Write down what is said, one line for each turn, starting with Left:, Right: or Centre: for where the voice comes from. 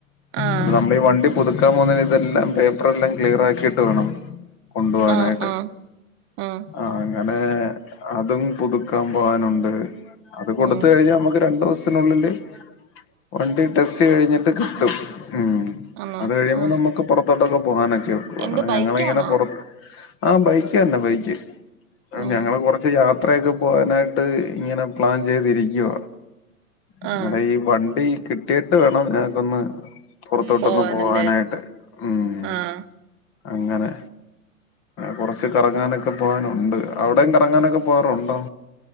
Right: ആഹ്
Left: അയ്ന്‌ നമ്മളീ വണ്ടി പുതുക്കാൻ പോവുന്നേന് ഇതെല്ലാം പേപ്പർ എല്ലാം ക്ലിയർ ആക്കിട്ട് വേണം. കൊണ്ടുവാനായിട്ട്
Right: ആഹ് ആഹ് ആഹ്
Left: ആ അങ്ങനെ. അതും പുതുക്കാൻ പോവാനുണ്ട് അത് കൊടുത്ത്
Right: ഉം
Left: കഴിഞ്ഞാ നമ്മുക്ക് രണ്ടു ദൊവസം. ത്തിനുള്ളില് വണ്ടി ടെസ് റ്റ് കഴിഞ്ഞിട്ട് കിട്ടും ഉം
Right: ആന്നോ
Left: അത് കഴിയുമ്പോ
Right: ആഹ്
Left: നമ്മുക്ക് പുറത്തോട്ടൊക്കെ പോകാനൊക്കെ. ഓഹ്
Right: എന്ത് ബൈക്കാണോ
Left: ഞങ്ങളങ്ങനെ പൊർ ആ ബൈക്കന്നെ ബൈക്ക്
Right: ഉം
Left: ഞങ്ങള് കൊറച്ച് ച്ച് യാത്രയൊക്കെ പോവാനായിട്ട് ഇങ്ങനെ പ്ലാൻ ചെയ്തിരിക്കുവ. അന്നേരം
Right: ആഹ്
Left: ഈ വണ്ടി കിട്ടിയിട്ട് വേണം ഞങ്ങക്കൊന്ന്. പൊറത്തോട്ടൊന്ന്
Right: പോവാനല്ലേ
Left: പോവാനായിട്ട് ഉം.
Right: ആഹ്
Left: അങ്ങനെ കൊറച്ച് കറങ്ങാനൊക്കെ പോവാനുണ്ട് അവിടെയും കറങ്ങാനൊക്കെ. പോവാറുണ്ടോ?